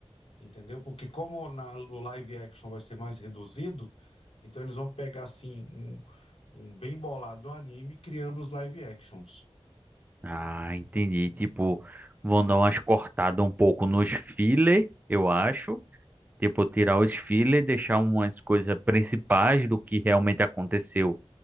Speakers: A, on the left; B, on the right.
A: entendeu? Porque como na, no live action vai ser mais reduzido, então eles vão pegar assim um, um bem bolado anime criando os live actions.
B: Ah, entendi. Tipo, vão dar umas cortadas um pouco nos filler, eu acho. Tipo, tirar os filler e deixar umas coisas principais do que realmente aconteceu